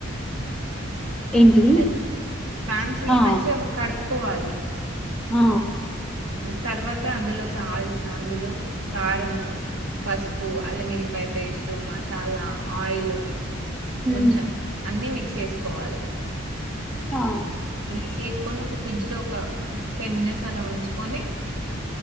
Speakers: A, in the centre; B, on the right (about 85°).
A: ఏంటి
B: <unintelligible> ఫ్రాన్స్ ని
A: ఆ
B: మంచిగా కడుపుకోవాలి
A: ఆ
B: తర్వాత అందులో <unintelligible> అందులో కారము పసుపు అల్లంఎల్లిపాయలు వేసి పేస్టు మసాలా ఆయిలు
A: మ్
B: కొంచెం అన్నీ మిక్స్ చేసుకోవాలే
A: ఆ
B: మిక్సీ చేసుకొని ఒక ఫ్రిడ్జ్లో ఒక టెన్ మినిట్స్ అల ఉంచుకొని